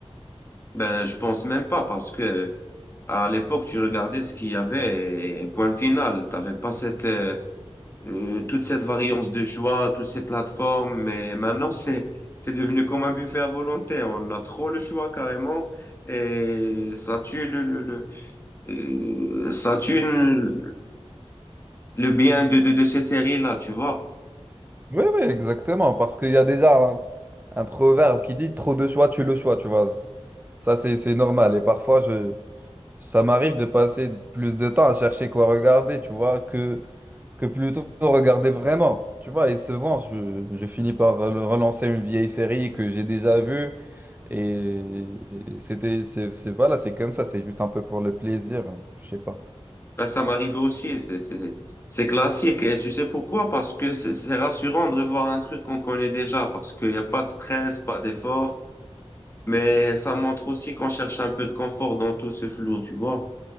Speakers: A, on the left; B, on the right.
A: Ben, je pense même pas parce que à l'époque, tu regardais ce qu'il y avait et, et point final. T'avais pas cette, euh, euh, toute cette variance de choix, toutes ces plateformes. Mais maintenant, <laughs> c'est, c'est devenu comme un buffet à volonté. On a trop le choix carrément. Et ça tue le, le, le, euh, ça tue le le bien de, de, de ces séries-là, tu vois.
B: Oui, oui, exactement, parce qu'il y a déjà un, un proverbe qui dit trop de choix, tu le choix, tu vois. Ça, c'est, c'est normal. Et parfois, je, ça m'arrive de passer plus de temps à chercher quoi regarder, tu vois, que que plutôt regarder vraiment. Tu vois, et souvent, je, je finis par rel- relancer une vieille série que j'ai déjà vue. Et et c'était, c'est, c'est- voilà, c'est comme ça, c'est juste un peu pour le plaisir. Je sais pas.
A: Ben, ça m'arrive aussi, c'est, c'est, c'est classique. Et tu sais pourquoi? Parce que c'est c'est rassurant de revoir un truc qu'on connaît déjà, parce qu'il n'y a pas de stress, pas d'effort, mais ça montre aussi qu'on cherche un peu de confort dans tout ce flou, tu vois?